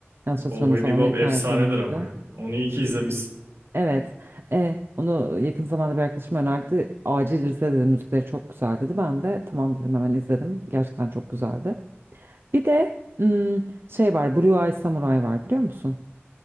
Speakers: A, on the right; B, on the right.
A: yanlış hatırlamıyorsam
B: Cowboy Bebop
A: Amerikan
B: efsanedir
A: yapımıydı.
B: ama ya. Onu iyi ki izlemişsin.
A: Evet. E, onu yakın zamanda bir arkadaşım önerdi. Acil izle dedi. Müzikleri çok güzel dedi. Ben de tamam dedim hemen izledim. Gerçekten çok güzeldi. Bir de hmm, şey var. Blue Eye Samurai var biliyor musun?